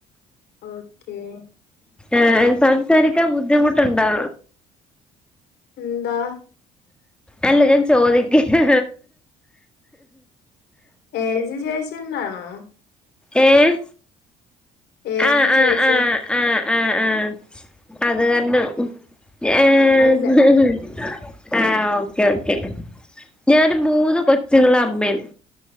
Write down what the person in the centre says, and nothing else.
ഏഹ് സംസാരിക്കാൻ ബുദ്ധിമുട്ട് ണ്ടോ?
അല്ല ഞാൻ ചോദിക്കയാ
ഏഹ്
ആഹ് ആഹ്
ആഹ് ആഹ് ആഹ് ആഹ് അത് കരണം ഞാ ആഹ്
ആഹ്ഓക്കെ ഓക്കെ ഞാന് മൂന്ന് കൊച്ചുങ്ങള അമ്മേണ്.